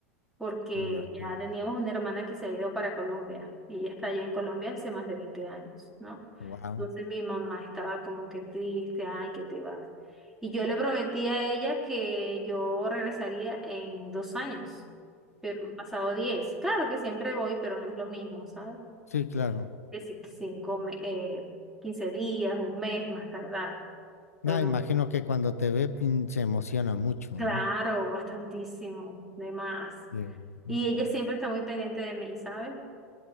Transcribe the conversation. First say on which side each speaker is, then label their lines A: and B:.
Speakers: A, in the centre; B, on the left (about 80°).
A: porque
B: me imagino.
A: ya teníamos una hermana que se había ido para Colombia y ella está allá en Colombia hace más de 20 años, ¿no?
B: Wow.
A: Entonces mi mamá estaba como que triste, ay, que te vas. Y yo le prometí a ella que yo regresaría en dos años, pero han pasado diez, Claro que siempre voy, pero no es lo mismo, ¿sabes?
B: Sí, claro.
A: Que si cinco, me- eh, 15 días, un mes más tardar, pero
B: Ya
A: no.
B: imagino que cuando te ve pin, se emociona mucho,
A: Claro,
B: ¿no?
A: bastantísimo, de más.
B: Sí. Mm,
A: Y ella siempre está muy pendiente de mí, ¿sabes?